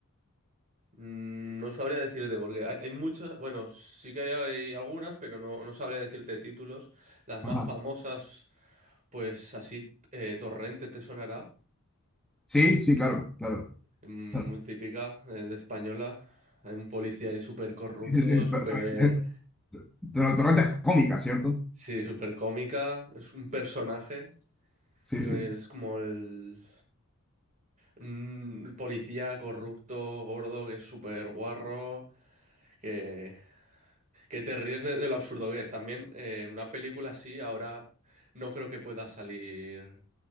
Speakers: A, on the right; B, in the centre.
A: mm, no sabría decirte, porque hay, hay muchas. Bueno, sí que hay, hay algunas, pero no, no sabría decirte títulos. Las más
B: Ajá.
A: famosas, pues así, eh, Torrente te sonará.
B: Sí, sí, claro, claro.
A: mm,
B: claro.
A: Muy típica, eh, de española. Hay un policía ahí súper corrupto,
B: Sí, sí, sí,
A: súper.
B: pero- pero es- pero torrentas cómicas, ¿cierto?
A: Sí, súper cómica. Es un personaje.
B: Sí,
A: eh,
B: sí.
A: Es como el. mm, policía corrupto, gordo, que es súper guarro, que, que te ríes de, de lo absurdo que es. También eh, una película así ahora no creo que pueda salir,